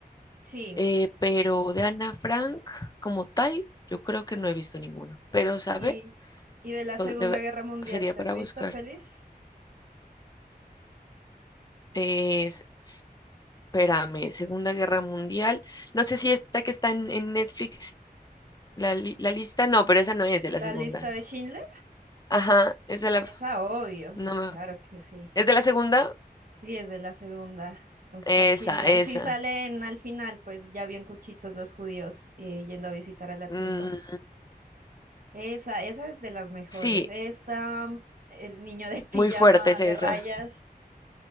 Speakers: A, on the right; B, on the left.
A: Sí.
B: Eh, pero de Ana Frank como tal, yo creo que no he visto ninguno. Pero, ¿sabe?
A: Y, y de la
B: Pues,
A: Segunda
B: debe-
A: Guerra Mundial,
B: sería
A: ¿te
B: para
A: has visto
B: buscar.
A: pelis?
B: Es- espérame, Segunda Guerra Mundial. No sé si esta que está en, en Netflix, la, li- la lista, no, pero esa no es de la
A: La
B: segunda.
A: lista de Schindler.
B: Ajá, es de la,
A: Esa, obvio.
B: no me-
A: Claro que sí.
B: ¿es de la segunda?
A: Sí, es de la segunda. Oscar
B: Esa,
A: Schindler.
B: esa.
A: Sí salen al final, pues ya bien cuchitos los judíos eh, yendo a visitar a la tumba.
B: Mm,
A: Esa, esa es de las mejores.
B: Sí,
A: Esa, mm, el niño de <laughs> pijama
B: muy fuerte es
A: de
B: esa.
A: rayas,